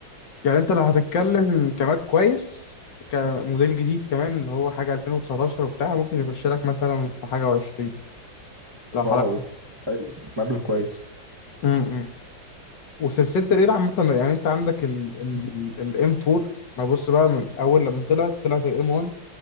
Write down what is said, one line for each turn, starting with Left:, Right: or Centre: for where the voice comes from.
Left: يعني أنت لو هتتكلم كماك كويس كموديل جديد كمان اللي هو حاجة 2019 وبتاع ممكن يخش لك مثلا في حاجة و20 لو
Right: واو حلو. مبلغ كويس
Left: امم وسلسله الريل عامه يعني انت عندك ال ال الام 4 ما بص بقى من اول لما طلعت طلعت الام 1